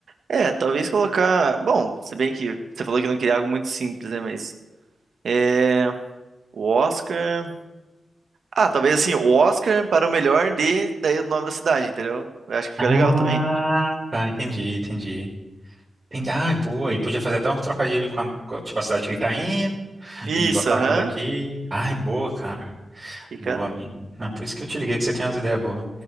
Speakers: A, on the right (about 75°); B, on the right (about 35°).
A: É, talvez colocar. Bom, se bem que você falou que não queria algo muito simples, né? Mas. É. O Oscar. Ah, talvez assim, o Oscar para o melhor de. Daí o nome da cidade, entendeu? Eu acho que
B: Ah,
A: fica legal também.
B: tá, entendi, entendi. Tem, ai, boa. E podia fazer até um trocadilho com a, com a- tipo, a cidade que ele tá indo
A: Isso,
B: e botar
A: aham.
B: quando aqui. Ai, boa, cara.
A: Fica.
B: Boa, amigo. Ah, por isso que eu te liguei, que você tem umas ideias boas.